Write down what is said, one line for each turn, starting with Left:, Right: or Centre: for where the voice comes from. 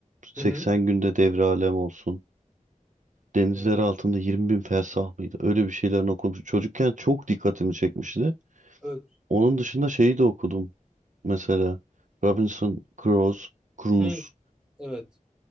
Right: 80
Centre: Hı hı.
Right: günde devre alem olsun. Denizler
Centre: Evet.
Right: altında 20 bin fersah mıydı? Öyle bir şeylerin okumuş. Çocukken çok dikkatimi çekmişti.
Centre: Evet.
Right: Onun dışında şeyi de okudum. Mesela Robinson Crusoe, Cruise.
Centre: Hı, evet.